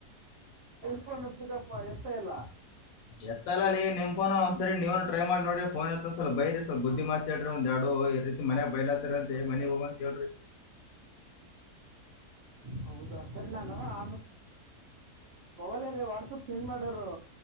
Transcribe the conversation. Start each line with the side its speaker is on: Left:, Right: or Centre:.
Right: ಇನ್ ಫೋನ್ ಪಿಕಪ್ ಎತ್ತತಾ ಇಲ್ಲ
Left: ಎತ್ತಲ್ಲ ಲೇ ನಿಮ್ಫೋನ್ ಒಂದ್ ಸರಿ ನೀವನು ಟ್ರೈ ಮಾಡಿ ನೋಡರಿ ಫೋನ್ ಎತ್ತಸರೀ ಸ್ವಲ್ಪ ಬೈರಿ ಸ್ವಲ್ಪ ಬುದ್ಧಿ ಮಾತು ಹೇಳ್ರಿ ಒಂದ್ ಹ ಈ ರೀತಿ ಮನ್ಯಾಗ ಬಯಲಾತ್ತರ ಅಂತೆ ಮನೆಗ್ ಹೋಗಂತ ಹೇಳ್ರಿ
Right: ಹೌದಾ ಸರಿ ನಾನು ಆಮೇಲೆ ಮೊಬೈಲಲ್ಲಿ ವಾಟ್ಸಪ್ ಸೆಂಡ್ ಮಾಡಿರು